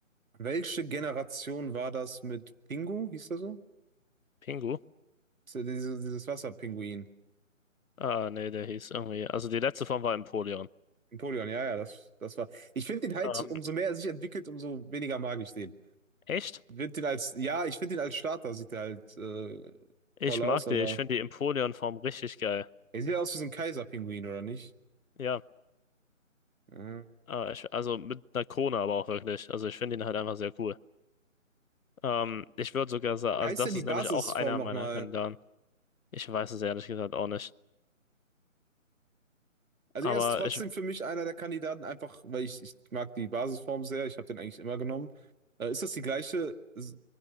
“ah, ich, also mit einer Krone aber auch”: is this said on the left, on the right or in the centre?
Left